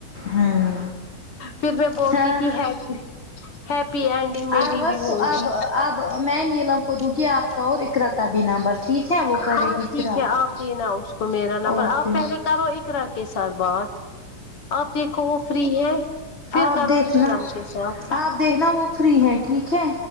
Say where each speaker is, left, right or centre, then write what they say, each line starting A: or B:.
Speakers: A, on the left; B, on the left.
A: ہاں
B: پھر میں بولتی
A: ہاں
B: تھی ہیپی ہیپی اینڈنگ میری
A: اروس
B: بھی ہوگی
A: اب اب میں نیلم کو دوں گی آپ کا اور اقرا کا بھی نمبر ٹھیک ہے وہ کرے
B: ہاں
A: گی
B: ٹھیک
A: پھر
B: ہے آپ دینا اس کو میرا نامبر
A: اوکے
B: آپ پہلے کرو اقرا کے ساتھ بات آپ دیکھو وہ فری ہے پھر
A: آپ
B: کرو
A: دیکھنا
B: نیلم کے ساتھ
A: آپ دیکھنا وہ فری ہیں ٹھیک ہے